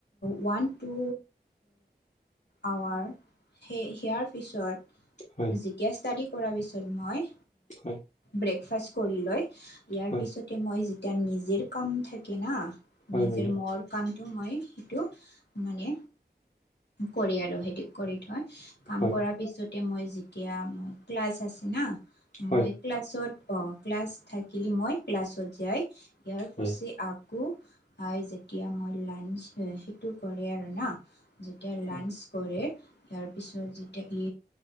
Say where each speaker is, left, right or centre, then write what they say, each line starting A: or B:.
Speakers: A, on the left; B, on the left.
A: ওৱান, টু আৱাৰ সেই সেয়াৰ পিছত
B: হয়
A: যেতিয়া ষ্টডি কৰাৰ পিছত মই
B: হয়
A: ব্ৰেকফাষ্ট কৰি লয় ইয়াৰ
B: হয়
A: পিছতে মই যেতিয়া নিজে কাম থাকে না
B: হয়
A: নিজে
B: বাইদেউ
A: মোৰ কামটো মই সেইটো মানে কৰি আৰু সেইটো কৰি থয় কাম
B: হয়
A: কৰাৰ পিছতে মই যেতিয়া মই ক্লাছ আছে না
B: হয়
A: মই ক্লাছত অ ক্লাছ থাকিলি মই ক্লাছত যাই ইয়াৰ পাছত
B: হয়
A: আকৌ যেতিয়া মই লাঞ্চ সেইটো কৰে আৰু না যেতিয়া লাঞ্চ
B: হয়
A: কৰে। ইয়াৰ পিছত যেতিয়া ই